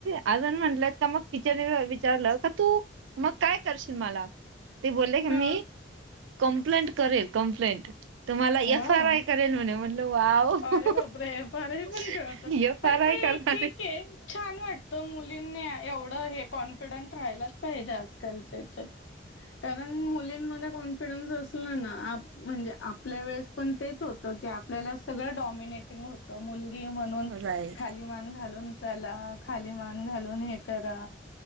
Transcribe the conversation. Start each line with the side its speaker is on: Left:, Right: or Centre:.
Right: अजून म्हटलेत का मग टिचर विचारलं का तू मग काय करशील मला? ते बोलले क
Left: हा
Right: म कम्प्लेंट करेल कमप्लेंट तुम्हाला
Left: वा
Right: एफ
Left: वा
Right: आर आय करेल म्हणल वाव
Left: अरे
Right: एफ
Left: बापरे फारही पण कळत पण
Right: आर
Left: ते
Right: आय करणार.
Left: ठीक छान वाटतं मुलींनी एवढं हे कॉन्फिडंट राहायलाच पाहिजे आजकालचे ह्याच्यात कारण मुलींमध्ये कॉन्फिडन्स असलं ना आप म्हणजे आपल्या वेळेस पण तेच होत. आपल्या सगळं डॉमिनाटिंग होत मुलगी म्हणून
Right: राईट
Left: खाल खाली मान घालून चाला खाली मान घालून हे करा